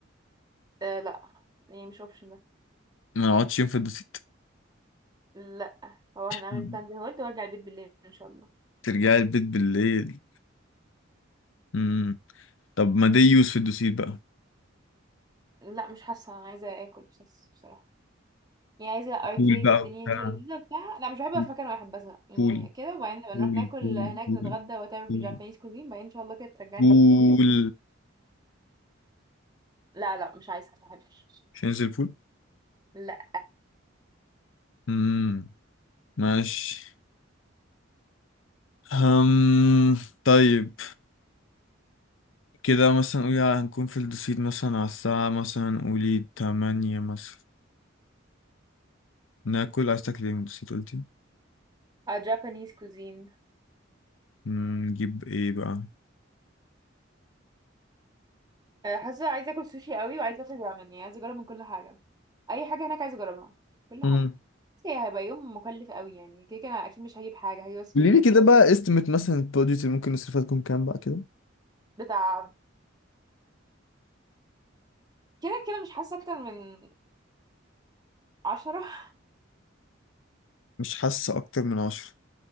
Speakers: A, on the right; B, on the left.
A: آه لا يعني مش اوبشن ده
B: ما نقعدش يوم في الدوسيت
A: لا هو هنعمل
B: أمم.
A: بلان زي ما قلت وارجع البيت بالليل ان شاء الله
B: ترجعي البيت بالليل أمم. طب ما دي يوز في الدوسيت بقى
A: لا مش حاسه انا عايزه اكل بس بصراحه يعني عايزه اركيد
B: بول بقى
A: والدنيا
B: وبتاع
A: دي ولذيذه بتاع لا مش بحب أبقى
B: بول
A: في مكان واحد بزهق يعني
B: بول
A: كده وبعدين نبقى
B: بول
A: نروح ناكل
B: بول
A: هناك
B: بول
A: نتغدى وات ايفر
B: بول
A: في جابانيز كوزين بعدين ان شاء الله كده ترجعني
B: بول.
A: بيتي وشكرا لا لا مش عايزه ما بحبش
B: مش هننزل بول
A: لا
B: امم ماشي هم طيب كده مثلا قولي هنكون في الدوسيت مثلا على الساعة مثلا قولي تمانية مثلا ناكل عايز تاكل ايه من الدوسيت قلتي
A: اه جابانيز كوزين
B: أمم، نجيب ايه بقى
A: آه، حاسه عايزه اكل سوشي قوي وعايزه اكل رامن يعني عايزه اجرب من كل حاجه اي حاجه هناك عايزه اجربها كل
B: امم
A: حاجه بس هي هيبقى يوم مكلف قوي يعني كده كده انا اكيد مش هجيب حاجه هجيب بس بالليب
B: قولي لي كده
A: جلوس
B: بقى استمت مثلا البادجت اللي ممكن نصرفها تكون كام بقى كده
A: بتاع كده كده مش حاسه اكتر من عشرة <laughs>
B: مش حاسة أكتر من عشرة